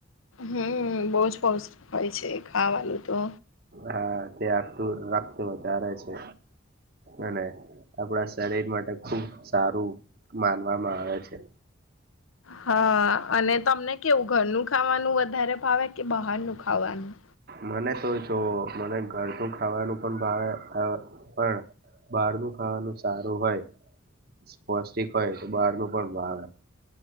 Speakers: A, on the left (about 85°); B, on the right (about 50°).
A: હમ બહુજ પૌષ્ટિક હોય છે ખાવાનું તો
B: હા તે આપણું રક્ત વધારે છે. અને આપણા શરીર માટે ખુબ સારું માનવામાં આવે છે.
A: હા અને તમને કેવું ઘરનું ખાવાનું વધારે ભાવે કે બહારનું ખાવાનું?
B: મને તો જોઓ મને ઘરનુ ખાવાનું પણ ભાવે અ પણ બહારનું ખાવાનું સારું હોય સ્પૌષ્ટિક હોય તો બહારનુ પણ ભાવે.